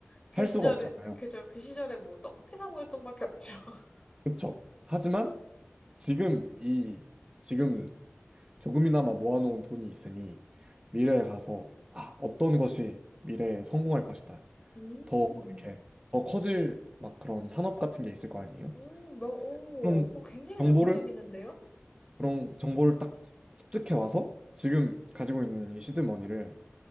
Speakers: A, on the left; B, on the right.
A: 그
B: 살
A: 시절에,
B: 수가 없잖아요.
A: 그죠, 그 시절에 뭐 떡볶이 사 먹을 돈밖에 없죠. <laughs>
B: 그렇죠? 하지만 지금 이 지금 조금이나마 모아놓은 돈이 있으니 미래에 가서 아, 어떤 것이 미래에 성공할 것이다.
A: 음,
B: 더 이렇게 더 커질 막 그런 산업 같은 게 있을 거 아니에요?
A: 음, 뭐, 오,
B: 그럼
A: 그거 굉장히
B: 정보를
A: 설득력 있는데요?
B: 그런 정보를 딱 습득해 와서 지금 가지고 있는 이 시드머니를